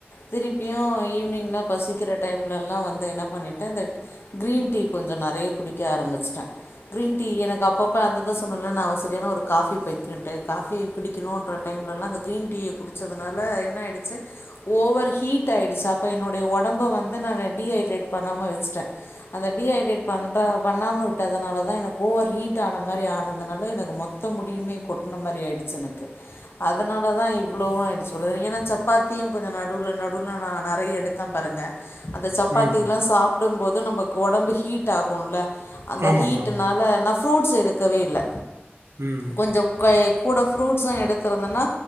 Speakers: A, on the left (about 65°); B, on the right (about 85°).
A: திருப்பியு ஈ ங்லா பசிக்கிற டைம்லலா வந்து என்ன பண்ணிட்டே இந்த கிரீன் டீ கொஞ்சோ நறைய குடிக்க ஆரம்பிச்சுட்டே கிரீன் டீ எனக்கு அப்பப்ப அததா சொன்னுல நா ஒரு சரியான ஒரு காஃபி பைத்தியண்ட்டு காஃபி குடிக்கணுன்ற டைம்லலா அந்த கிரீன் டீய குடிச்சதுனால என்ன ஆயிடுச்ச ஓவர் ஹீட் ஆயிடுச்சு அப் அப்ப என்னுடைய ஒடம்ப வந்து நானு டீஹைட்ரேட் பண்ணாம வச்சுட்ட அந்த டீஹைட்ரேட் பண்ணற பண்ணாம விட்டதுனாலதா எனக்கு ஓவர் ஹீட் ஆன மாரி ஆனதுனால எனக்கு மொத்த முடியுமே கொட்ன மாரி ஆயிடுச்சு எனக் கு அதனாலதா இவ்வளவு எப்படி சொல்றது ஏன்னா சப்பாத்தியு கொஞ்ச நடுவுல நடுவுல நான் நறைய எடுத்தம் பாருங்க அந்த சப்பாத்திலா
B: ம்
A: சாப் சாப்டும்போது நமக்கு உடம்பு ஹீட் ஆகுல்ல அந்த
B: ஆமாங்க
A: ஹீட்னால
B: ஆமாங்க
A: நா ஃப்ரூட்ஸ் எடுத் க்கவே இல்ல
B: ம்
A: கொஞ்ச கை கூட ஃப்ரூட்ஸும் எடுத்தருந்தன்னா